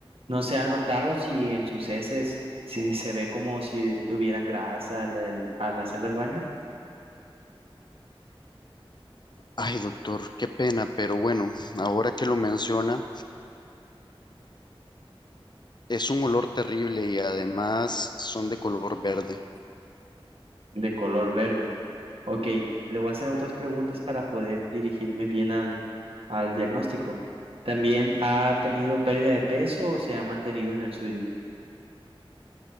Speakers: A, on the right; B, on the left.
A: No se ha notado si en sus heces si se ve como si tuvieran grasa al, al- al hacer del baño
B: Ay, doctor, qué pena, pero bueno, ahora que lo menciona, es un olor terrible y además son de color verde.
A: de color verde. Ok, le voy a hacer otras preguntas para poder dirigirme bien al, al diagnóstico. ¿También ha tenido pérdida de peso o se ha mantenido en el suyo?